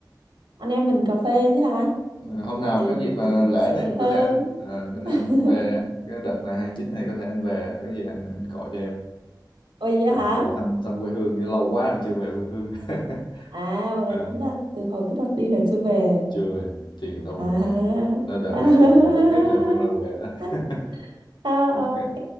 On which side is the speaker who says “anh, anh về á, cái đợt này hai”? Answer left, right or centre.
Left